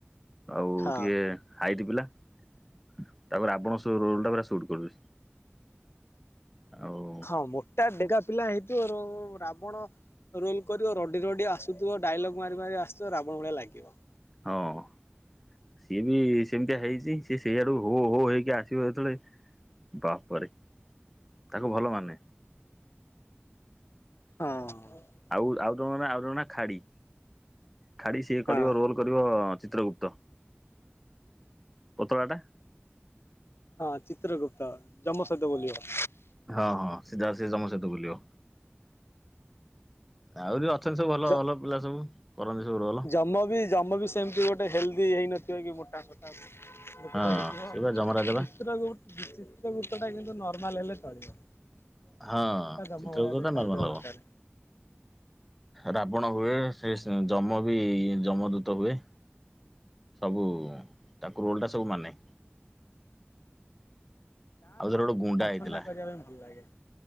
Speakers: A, in the centre; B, on the left (about 75°).
A: ଆଉ
B: ହଁ।
A: ଟିକେ ହାଇଟ୍ ପିଲା ତାପରେ ରାବଣ ରୋଲ୍ ଟା ପୁରା ସୁଟ୍ କରୁଚି। ଆଉ।
B: ହଁ ମୋଟା ଡେଙ୍ଗା ପିଲା ହେଇଥିବ ରାବଣ ରୋଲ୍ କରିବ ରଡି ରଡିି ଆସୁଥୁବ ଡାଇଲଗ୍ ମାରି ମାରି ଆସୁଥୁବ ରାବଣ ଭଳିଆ ଲାଗିବ।
A: ହଁ। ସିଏ ବି ସେମିତିଆ ହେଇଛି ସିଏ ସେଇଆଡୁ ହୋ ହୋ ହେଇକି ଆସିବ ଯେତେବେଳେ ବାପରେ ତାକୁ ଭଲ ମାନେ।
B: ହଁ।
A: ଆଉ ଆଉ ଜଣଙ୍କ ନା ଆଉ ଜଣଙ୍କ ନା ଖାଡି। ଖାଡି ସିଏ
B: ହଁ
A: କରିବ ରୋଲ୍ କରିବ ଚିତ୍ରଗୁପ୍ତ ପତଳା ଟା।
B: ହଁ ଚିତ୍ରଗୁପ୍ତ ଯମ ସହିତ ବୁଲିବ।
A: ହଁ ହଁ ସିଧା ସିଏ ଜମ ସହିତ ବୁଲିବ। ଆହୁରି ଅଛନ୍ତି ସବୁ ଭଲ
B: ଜ
A: ଭଲ ପିଲା ସବୁ କରନ୍ତି ସବୁ ର
B: ଜମ ବି ଜମ ବି ସେମିତି ଗୋଟେ ହେଲଦି ହେଇନଥିବ କି ମୋଟା ତ ଗୋଟେ
A: ହଁ
B: ହେଇଥିବ
A: ସେଇ ବା ଯମରାଜା
B: ଚିତ୍ର
A: ବା
B: ଗ ଚିତ୍ରଗୁପ୍ତ ଟା କିନ୍ତୁ ନର୍ମାଲ୍ ହେଲେ ଚଳିବ।
A: ହଁ
B: ଜମଟା ଜମ
A: ଚିତ୍ରଗୁପ୍ତ
B: ଭଳିଆ ଦେଖାଯାଉଥିବା
A: ଟା ନର୍ମାଲ୍
B: ଦରକାର।
A: ହବ। ରାବଣ ହୁଏ ସେସ୍ ଯମ ବି ଯମ ଦୂତ ହୁଏ। ସବୁ ତାକୁ ରୋଲ୍ ଟା ସବୁ ମାନେ।
B: ଗାଁ
A: ଆଉ
B: ରେ
A: ଥରେ
B: ଏଇ
A: ଗୋଟେ ଗୁଣ୍ଡା
B: ଫଙ୍କ୍ସନ୍
A: ହେଇଥିଲା
B: ଟା କରିବା ପାଇଁ ଭଲ୍ ଲାଗେ।